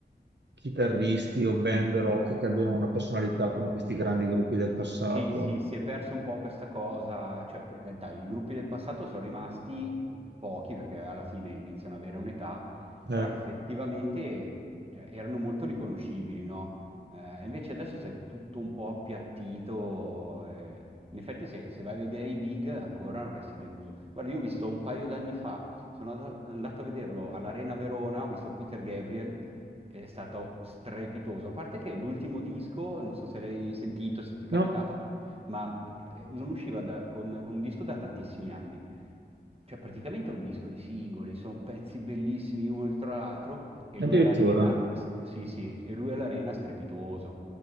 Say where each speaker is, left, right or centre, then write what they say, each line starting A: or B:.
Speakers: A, on the right; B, on the right.
A: chitarristi o band rock che abbiano una personalità come questi grandi gruppi del passato.
B: Sì, sì, si è perso un po' questa cosa, cioè per carità, i gruppi del passato sono rimasti pochi perché alla fine iniziano ad avere un'età,
A: Eh,
B: però effettivamente cioè, erano molto riconoscibili, no? Eh, invece adesso si è tutto un po' appiattito, eh, in effetti se, se vai a vedere i big ancora non resti deluso. Guarda, io ho visto un paio d'anni fa, sono andato, andato a vederlo all'Arena Verona, ho visto Peter Gabriel è stato strepitoso. A parte che l'ultimo disco, non so se l'hai sentito, se ti è capitato,
A: no,
B: ma eh, non usciva da- con, con un disco da tantissimi anni. Cioè, praticamente è un disco di singoli, sono pezzi bellissimi uno dietro l'altro, e lui
A: addirittura.
B: all'arena, st- sì, sì, e lui all'arena strepitoso.